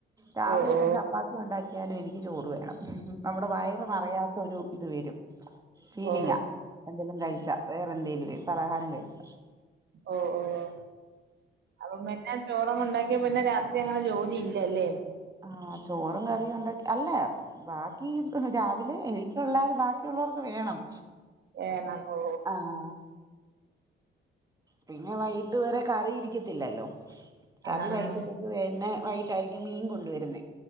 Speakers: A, on the right; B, on the right.
A: രാവിലെയിപ്പംചപ്പാത്തി
B: ഓ ഓ ഓ
A: ഒണ്ടാക്കി <unintelligible> എനിക്ക് ചോറ് വേണം ഹ് ഹ് ഹ് നമ്മുടെ വ അത് അറിയാത്ത ഒരു ഇത് വരും. ഫീലിങ്ങാ
B: ഓ
A: എന്തെലും കഴിച്ചാ. വേറെ എന്തേലും പലഹാരം കഴിച്ച.
B: ഒ ഓഹ് അപ്പൊ മറ്റ ചോറൊന്നും ഉണ്ടാക്കി സത്യം പറഞ്ഞാ രാത്രി അങ്ങനെ ജോലി ഇല്ലല്ലേ?
A: ആഹ് ചോറും കറിയും ഉണ്ട അല്ല ബാക്കി രാവിലെ എനിക്ക് ഇല്ലാതെ ബാക്കിയുള്ളവർക്ക് വേണം
B: വേണം ഓ
A: ആഹ് പിന്നെ വൈകട്ട് വേരെ കറി ഇരിക്കത്തില്ലല്ലോ. കറി
B: ആഹ്
A: വൈകിട്ടത്തേക്ക് പിന്നെ വൈകിട്ടായിരിക്കും മീൻ കൊണ്ടുവരുന്നത്